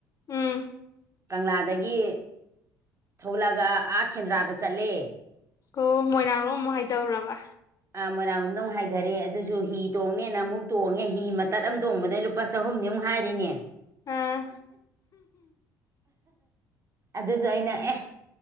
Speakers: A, on the left (about 35°); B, on the right (about 30°).
A: ꯎꯝ
B: ꯀꯪꯂꯥꯗꯒꯤ ꯊꯣꯛꯂꯛꯑꯒ ꯑꯥꯁ ꯁꯦꯟꯗ꯭ꯔꯥꯗ ꯆꯠꯂꯦ
A: ꯑꯣ ꯃꯣꯏꯔꯥꯡꯂꯣ ꯑꯃꯨꯛ ꯍꯥꯏꯗꯧꯔꯕ
B: ꯑ ꯃꯣꯏꯔꯥꯡꯂꯣꯝꯗꯧꯨꯛ ꯍꯥꯏꯊꯔꯦ ꯑꯗꯨꯁꯨ ꯍꯤ ꯇꯣꯡꯉꯦꯅ ꯑꯃꯨꯛ ꯇꯣꯡꯉꯦ ꯍꯤ ꯃꯇꯠ ꯑꯃ ꯇꯣꯡꯕꯗꯅ ꯂꯨꯄꯥ ꯆꯍꯨꯝꯅꯤꯃꯨꯛ ꯍꯥꯏꯔꯤꯅꯦ
A: ꯑꯥ
B: ꯑꯗꯨꯁꯨ ꯑꯩꯅ ꯑꯦ